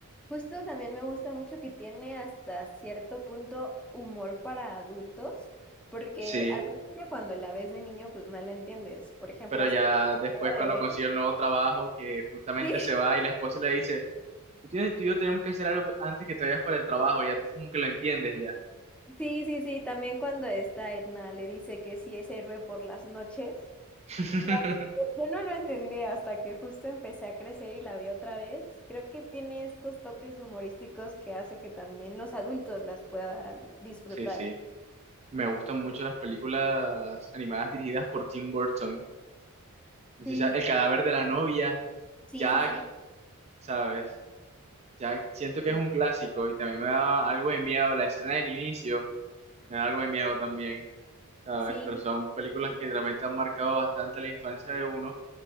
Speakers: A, in the centre; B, on the right.
A: justo también me gusta mucho que tiene hasta cierto punto humor para adultos, porque
B: sí,
A: al principio cuando la ves de niño, pues no la entiendes. Por ejemplo,
B: pero
A: hace
B: ya
A: poco
B: después
A: acabo de
B: cuando
A: ver.
B: consigue el nuevo trabajo, que justamente
A: Sí,
B: se va y la esposa le dice, tú tienes, tú y yo tenemos que hacer algo antes que te vayas para el trabajo, ya tú como que lo entiendes ya.
A: <laughs> sí, sí, sí, también cuando esta Edna le dice que sí es héroe por las noches.
B: <laughs>
A: Ya, eh, Yo no lo entendí hasta que justo empecé a crecer y la vi otra vez. Creo que tiene estos toques humorísticos que hace que también los adultos las puedan disfrutar.
B: Sí, sí, me gustan mucho las películas animadas dirigidas por Tim Burton. No
A: Sí.
B: sé, El cadáver de la novia,
A: Sí,
B: Jack,
A: sí, sí.
B: ¿sabes? Jack, siento que
A: y-
B: es un clásico y también me da algo de miedo la escena del inicio, me da algo de miedo también. ¿sabes?
A: Sí,
B: Pero son películas
A: sí,
B: que realmente han marcado bastante la infancia de uno.